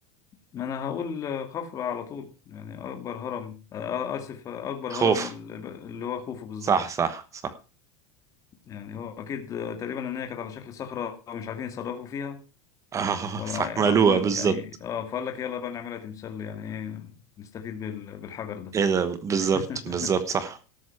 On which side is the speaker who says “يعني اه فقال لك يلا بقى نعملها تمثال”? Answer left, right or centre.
Left